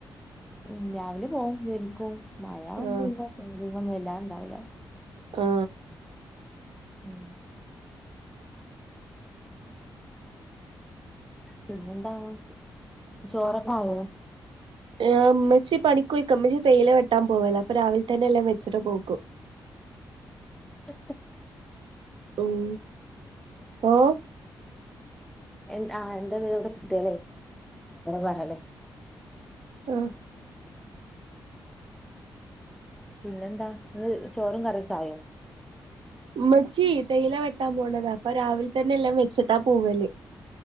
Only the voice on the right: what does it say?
ആഹ്
ആ
അമ്മച്ചി പണിക്കൂയി കമ്മച്ചി തേയില വെട്ടാൻ പോവല്ല അപ്പൊ രാവിലെ തന്നെ എല്ലാം വെച്ചിട്ട പോകും
ഉം ഓഹ്
ആഹ
ഉമ്മച്ചി തേയില വെട്ടാൻ പോണതാ അപ്പൊ രാവിലെ തന്നെ എല്ലാം മെച്ചട്ടാ പൂവല്